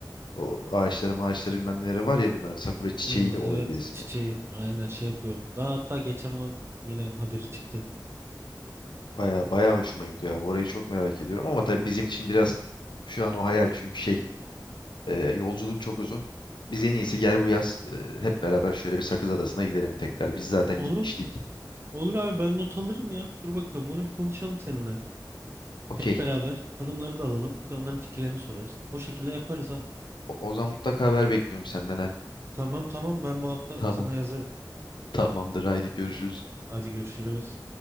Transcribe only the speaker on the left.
o ağaçları ağaçları bilmem neleri var ya bunların sakura çiçeği
de olabilir
ismi.
Baya baya hoşuma gidiyor abi. Orayı çok merak ediyorum ama tabii bizim için biraz şu an o hayal çünkü şey e, yolculuk çok uzun. Biz en iyisi gel bu yaz e, hep beraber şöyle bir Sakız Adası'na gidelim tekrar. Biz zaten
gitmiştik.
Okey.
O, o zaman mutlaka haber bekliyorum senden ha.
Tamam.
Tamamdır. Haydi görüşürüz.